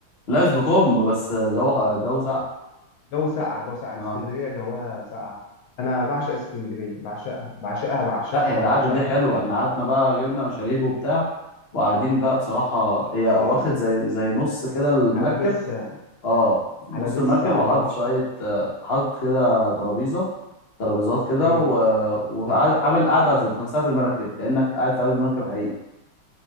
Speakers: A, on the left; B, on the left.
A: لابس بكم بس جو ح- الجو ساقع
B: جو ساقع جو ساقع
A: اه
B: اسكندريه جواها ساقع انا بعشق اسكندريه بعشقها بعشقها بعشقها
A: لا هي القعدة
B: بعشقها
A: دي حلوة احنا قعدنا بقى جبنا مشاريب وبتاع وقاعدين بقى بصراحة هي
B: اه
A: واخد زي زي نص كده المركب
B: حلبسه
A: اه
B: حلبسه
A: نص المركب
B: على
A: وحاطط
B: البحر
A: شوية آه، حاطط كده ترابيزة ترابيزات كده
B: ايوه
A: و... وعامل قعدة ذات نفسها في المركب كأنك قاعد في قلب المركب حقيقي